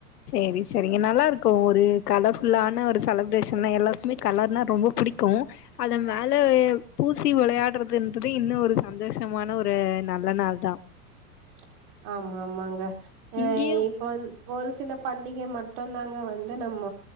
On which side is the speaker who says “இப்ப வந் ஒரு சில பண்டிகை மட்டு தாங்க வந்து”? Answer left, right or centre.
Right